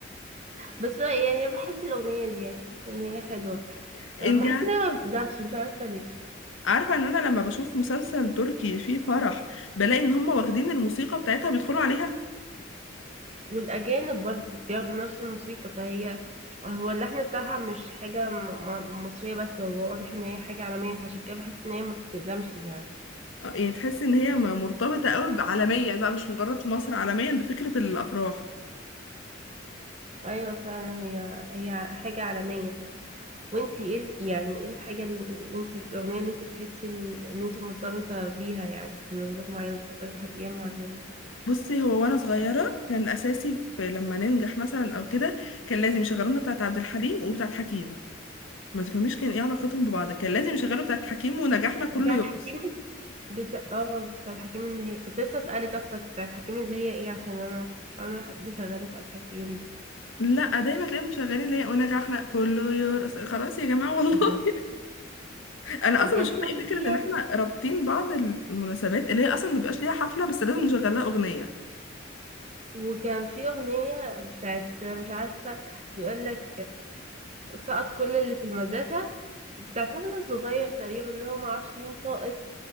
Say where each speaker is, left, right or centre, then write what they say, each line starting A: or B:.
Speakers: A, on the right; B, on the left.
A: بس يعني انا بحب الاغنية دي يعني بحس ان هي حلوة
B: <laughs>
A: فما
B: انتي
A: حاسة
B: عارفة
A: ان هي ما بتدمش مش عارفة ليه
B: عارفة ان انا لما بشوف مسلسل تركي فيه فرح بلاقي ان هم واخدين الموسيقى بتاعتها بيدخلوا عليها
A: والأجانب برضو بياخدوا نفس الموسيقى فهي هو اللحن بتاعها مش حاجة م- م- مصرية بس هو واضح إن هي حاجة عالمية فعشان كده بحس إن هي ما بتقدمش يعني
B: آه، يعني تحس ان هي م- مرتبطه قوي عالميا بقى مش مجرد في مصر عالميا بفكره الافراح
A: أيوة فعلا هي هي حاجة عالمية بقى. وانتي ايه ال- يعني ايه الحاجة اللي انت الأغنية اللي انت بتحسي ال- إن انت مرتبطة بيها يعني في مناسبات معينة بتفكري بأيام معينة
B: بصي هو وانا صغيره كان اساسي في لما ننجح مثلا او كده كان لازم يشغلونا بتاعه عبد الحليم وبتاعه حكيم ما تفهميش كان ايه علاقتهم ببعض كان لازم يشغلوا بتاعه حكيم ونجاحنا كله
A: بتاعت
B: يرقص
A: حكيم بتا... اه بتاعت حكيم اللي هي كنت لسه أسألك أصلا بتاعت حكيم اللي هي ايه عشان أنا أول ما حد شغال بتاعت حكيم
B: لا دايما تلاقيهم مشغلين اللي هي ونجاحنا كله يرقص خلاص يا جماعه والله
A: دي
B: <laughs> انا
A: وكان
B: اصلا مش
A: في
B: فاهمه
A: أغنية
B: ايه فكره ان احنا رابطين بعض المناسبات اللي هي اصلا مبيبقاش ليها حفله بس لازم نشغل لها اغنيه
A: وكان في أغنية بتاعت مش عارفة بيقول لك سقط كل اللي في المدرسة بتاع صاحبنا الصغير تقريبا اللي هو معرفش مين ساقط